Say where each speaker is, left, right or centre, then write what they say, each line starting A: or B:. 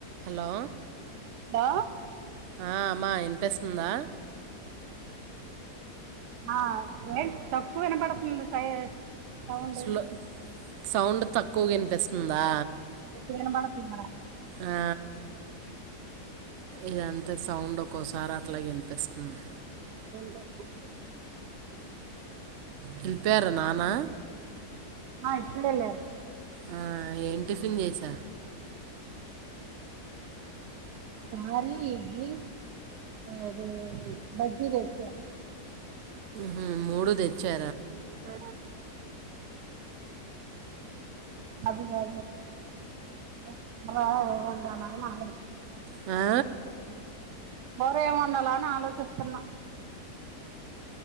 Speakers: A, on the right; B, on the right.
A: Hello
B: hello
A: ఆ అమా ఇని వినిపిస్తుందా
B: ఆ ఏంటి తక్కువ వినపడుతుంది సై అవుంది
A: స్లో సౌండ్ తక్ కూగ అనిపిస్తుందా
B: వినబడతుండి మేడమ్
A: ఆ ఇదంతా సౌండ్ ఒకస్ సారట్లాగా వినిపిస్తుంది
B: స <unintelligible>
A: ఎల్లిపోయారా నానా
B: ఆ ఇప్పుడెల్లారు
A: ఆ ఏం టిఫిన్ చేసా
B: గారి ఇడ్లి అదే బజ్జీ దెచ్చ
A: హ మూడు తెచ్చా
B: ఆ అది అదే అందులో ఎవరుండాలా అని ఆలోచిస్
A: ఆ
B: కూర ఏం వండాల అని ఆలోచిస్తున్నాం